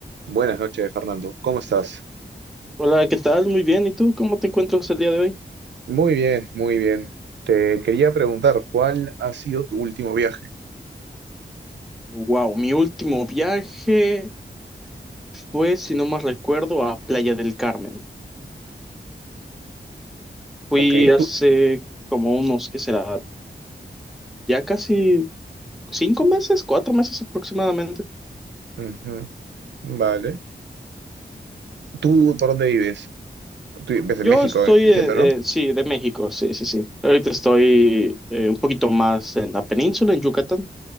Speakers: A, on the right (about 80°); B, in the centre.
A: Buenas noches, Fernando. ¿Cómo estás?
B: Hola, ¿qué tal? Muy bien. ¿Y tú cómo te encuentras el día de hoy?
A: Muy bien, muy bien. Te quería preguntar, ¿cuál ha sido tu último viaje?
B: Wow, mi último viaje fue, si no más recuerdo, a Playa del Carmen. Fui
A: Ok,
B: hace
A: tú.
B: como unos, ¿qué será? Ya casi cinco meses, cuatro meses aproximadamente.
A: Ujú, Vale. ¿Tú por dónde vives? Tú vives en
B: Yo
A: México,
B: estoy,
A: eh, entiendo,
B: eh,
A: ¿no?
B: eh, sí, de México, sí, sí, sí. Ahorita estoy eh, un poquito más en la península, en Yucatán,